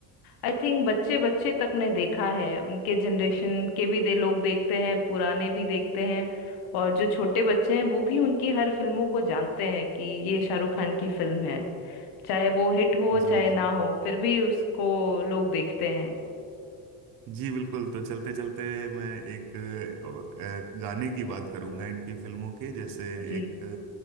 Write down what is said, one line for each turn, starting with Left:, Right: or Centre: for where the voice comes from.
Left: आई थिंक बच्चे बच्चे तक ने देखा है उनके जनरेशन के भी दे लोग देखते हैं पुराने भी देखते हैं और जो छोटे बच्चे हैं वो भी उनकी हर फिल्मों को जानते हैं कि ये शाहरुख खान की फिल्म है चाहे वो हिट हो
Right: जी
Left: चाहे ना हो फिर भी उसको लोग देखते हैं
Right: जी बिल्कुल तो चलते चलते मैं एक अ, अ, गाने की बात करूंगा इनकी फिल्मों के जैसे
Left: जी
Right: एक